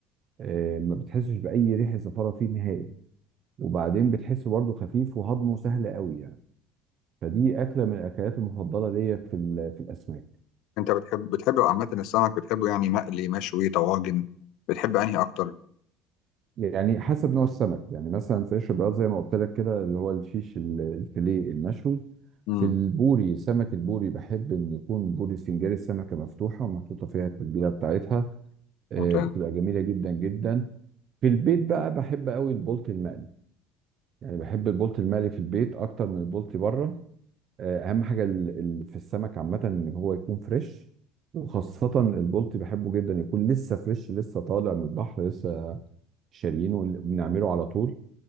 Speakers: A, on the right (about 35°); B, on the left (about 60°).
A: آه، ما بتحسش باي ريحه زفاره فيه نهائي وبعدين بتحسه برضه خفيف وهضمه سهل قوي يعني فدي اكله من الاكلات المفضله ليا في ال- في الاسماك
B: انت بتحب بتحب عامه السمك بتحبه يعني مقلي مشوي طواجن بتحب انهي اكتر
A: يعني حسب نوع السمك يعني مثلا في قشر البياض زي ما قلت لك كده اللي هو الفيش ال- الفيليه المشوي
B: امم
A: في البوري سمك البوري بحب ان يكون بوري سنجاري السمكه مفتوحه ومحطوطه فيها التتبيله بتاعتها آه،
B: ممتاز
A: بتبقى جميله جدا جدا في البيت بقى بحب قوي البولت المقلي يعني بحب البولت المقلي في البيت اكتر من البولت بره آه، اهم حاجه ال- ال- في السمك عامه ان هو يكون فريش وخاصه البولت بحبه جدا يكون لسه فريش لسه طالع من البحر لسه شاريينه بنعمله على طول